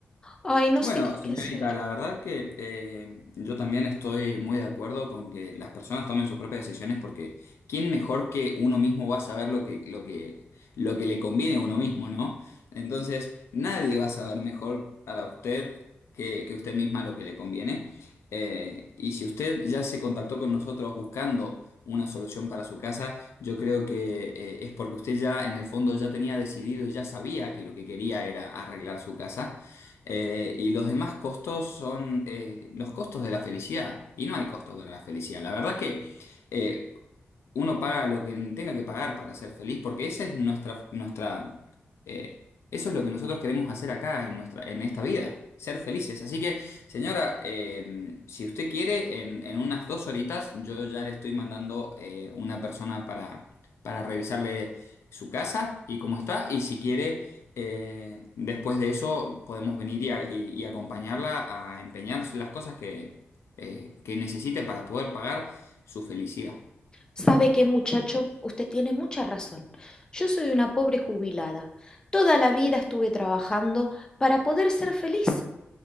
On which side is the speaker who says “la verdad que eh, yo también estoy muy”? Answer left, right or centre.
Left